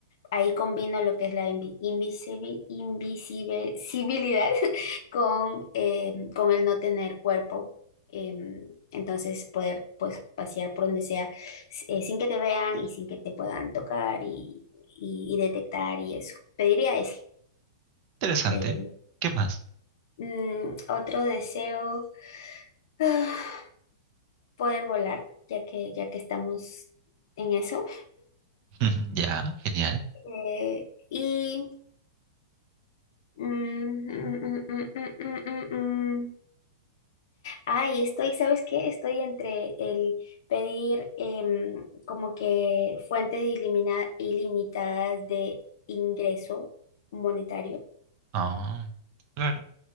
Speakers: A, on the left; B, on the right.
A: Ahí combino lo que es la invi- invisibi- invisibilidad <laughs> con, eh, con el no tener cuerpo. em, entonces poder pues pasear por donde sea s- eh, sin que te vean y sin que te puedan tocar y, y- y detectar y eso. Pediría ese.
B: Interesante.
A: Eh,
B: ¿Qué más?
A: mm, otro deseo, <sighs> poder volar, ya que, ya que estamos en eso.
B: <laughs> Ya, genial.
A: Eh, y... mm, mm, mm, mm, mm, mm, mm, mm. Ay, estoy, ¿sabes qué? Estoy entre el pedir em, como que fuentes ilimina- ilimitadas de ingreso monetario
B: Ah, claro.